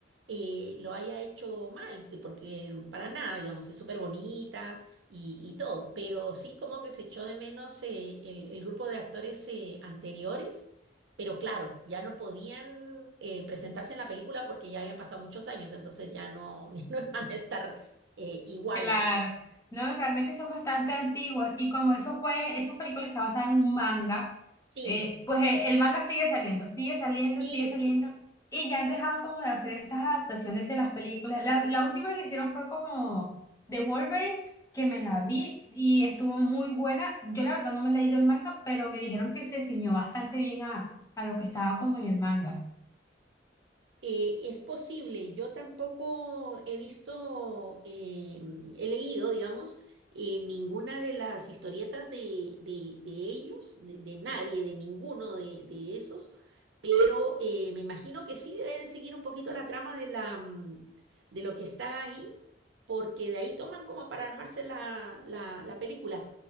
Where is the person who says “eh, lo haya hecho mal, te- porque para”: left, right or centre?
Right